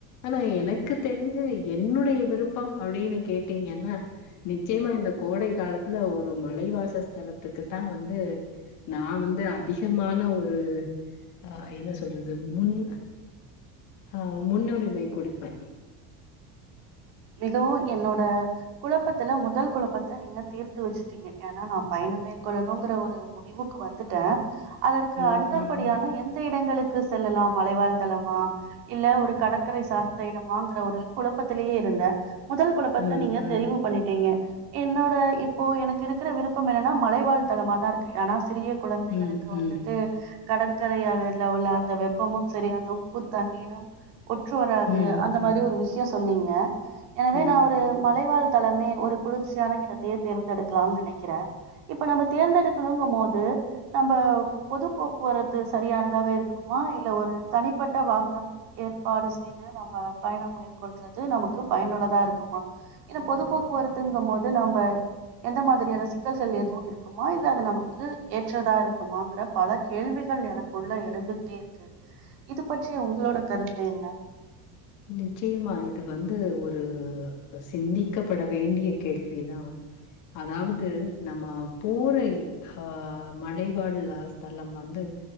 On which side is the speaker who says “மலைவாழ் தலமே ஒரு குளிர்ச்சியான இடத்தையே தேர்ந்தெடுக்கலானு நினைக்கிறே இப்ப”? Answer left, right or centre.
Right